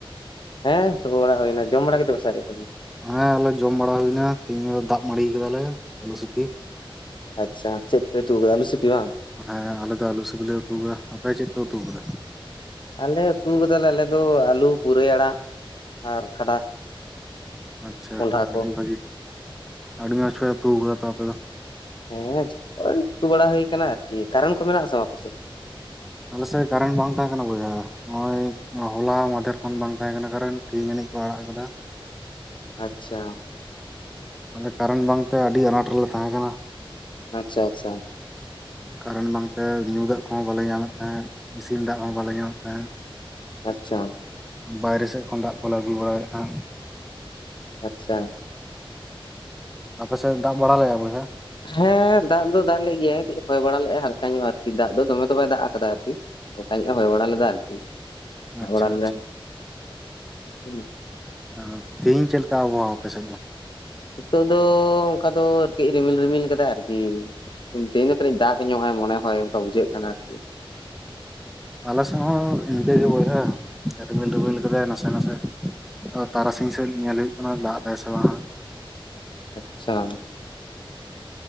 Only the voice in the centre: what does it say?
ᱦᱮᱸ ᱟᱞᱮ ᱡᱚᱢ ᱵᱟᱲᱟ ᱦᱩᱭᱱᱟ᱾ ᱛᱮᱦᱤᱧ ᱫᱚ ᱫᱟᱜ ᱢᱟᱹᱲᱤ ᱠᱟᱫᱟ ᱞᱮ ᱟᱹᱞᱩ ᱥᱤᱯᱤ
ᱦᱮᱸ ᱟᱞᱮ ᱫᱚ ᱟᱞᱩ ᱥᱤᱵᱤᱞᱮ ᱩᱛᱩᱣ ᱠᱟᱫᱟ ᱟᱯᱮ ᱪᱮᱫ ᱯᱮ ᱩᱛᱩᱣ ᱠᱟᱫᱟ?
ᱟᱪᱪᱷᱟ
ᱟᱹᱰᱤ
ᱵᱷᱟᱹᱜᱤ ᱟᱹᱰᱤ ᱢᱚᱡᱽ ᱯᱮ ᱩᱛᱩᱣ ᱠᱟᱫᱟ ᱛᱚ ᱟᱯᱮ ᱫᱚ
ᱟᱞᱮᱥᱮᱫ ᱠᱟᱨᱮᱱ ᱵᱟᱝ ᱛᱟᱦᱮᱸ ᱠᱟᱱᱟ ᱵᱚᱭᱦᱟ ᱱᱚᱜᱼᱚᱭ ᱦᱚᱞᱟ ᱢᱟᱫᱷᱮᱨ ᱠᱷᱚᱱ ᱵᱟᱝ ᱛᱟᱦᱮᱸ ᱠᱟᱱᱟ ᱠᱟᱨᱮᱱ ᱛᱮᱦᱤᱧ ᱟᱱᱤᱡ ᱠᱚ ᱟᱲᱟᱜ ᱠᱟᱫᱟ
ᱢᱟᱱᱮ ᱠᱟᱨᱮᱱ ᱵᱟᱝᱛᱮ ᱟᱹᱰᱤ ᱟᱱᱟᱴ ᱨᱮᱞᱮ ᱛᱟᱦᱮᱸ ᱠᱟᱱᱟ
ᱠᱟᱨᱮᱱ ᱵᱟᱝᱛᱮ ᱧᱩ ᱫᱟᱜ ᱠᱚᱦᱚᱸ ᱵᱟᱞᱮ ᱧᱟᱢᱮᱫ ᱛᱟᱦᱮᱸᱜ ᱤᱥᱤᱱ ᱫᱟᱜ ᱦᱚᱸ ᱵᱟᱞᱮ ᱧᱟᱢᱮᱫ ᱛᱟᱦᱮᱸᱫ
ᱵᱟᱭᱨᱮ ᱥᱮᱫ ᱠᱷᱚᱱ ᱫᱟᱜ ᱠᱚᱞᱮ ᱟᱹᱜᱩ ᱵᱟᱲᱟᱭᱮᱫ ᱛᱟᱦᱮᱸᱫ
ᱟᱯᱮ ᱥᱮᱫ ᱫᱟᱜ ᱵᱟᱲᱟ ᱞᱮᱜᱼᱟᱭ ᱵᱚᱭᱦᱟ
ᱟᱪᱪᱷᱟ
ᱟᱪᱪᱷᱟ
ᱟᱸ ᱛᱤᱦᱤᱧ ᱪᱮᱫ ᱠᱟ ᱟᱵᱚᱦᱟᱣᱟ ᱟᱯᱮ ᱥᱮᱫ ᱫᱚ?
ᱟᱞᱮ ᱥᱮᱜ ᱦᱚᱸ ᱤᱱᱠᱟᱹ ᱜᱮ ᱵᱚᱭᱦᱟ ᱨᱤᱢᱤᱞ ᱨᱤᱢᱤᱞ ᱠᱟᱫᱟᱭ ᱱᱟᱥᱮ ᱱᱟᱥᱮ ᱛᱟᱨᱟᱥᱤᱧ ᱥᱮᱫ ᱧᱮᱞ ᱦᱩᱭᱩᱜ ᱠᱟᱱᱟ ᱫᱟᱜ ᱫᱟᱭ ᱥᱮ ᱵᱟᱝ ᱦᱟᱸᱜ